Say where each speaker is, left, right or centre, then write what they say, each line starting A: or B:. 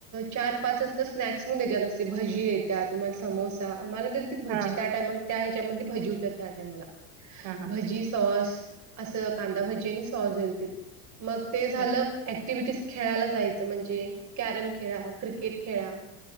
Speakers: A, on the right (about 35°); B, on the right (about 60°).
A: चार पाच असजता स्नॅक्सण देतात. अस भजी देतात तुम्हाला समोसा आम्हाला भजी
B: हा
A: त्या टायमाला त्या ह्याच्यामध्ये भजी होत. त्या टायमाला
B: हा हा
A: भजी सॉस असं कांदा भजी आणि सॉस दिल त मग ते झालं.
B: हम्म.
A: ऍक्टिव्हिटी खेळायला जायचं म्हणजे कॅरम खेळा क्रिकेट खेळा.